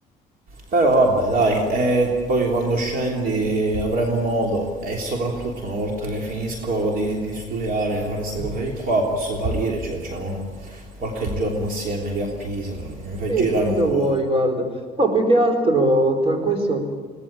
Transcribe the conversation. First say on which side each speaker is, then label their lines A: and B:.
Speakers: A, on the right (about 60°); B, on the right (about 35°).
A: Però vabbè, dai, e poi quando scendi avremo modo e soprattutto una volta che finisco di, di studiare, di fare queste cose di qua, posso salire, cioè facciamo qualche giorno assieme lì a Pisa, mi fai
B: sì,
A: girare
B: quando
A: un po'.
B: vuoi, guarda. No, più che altro tra questo.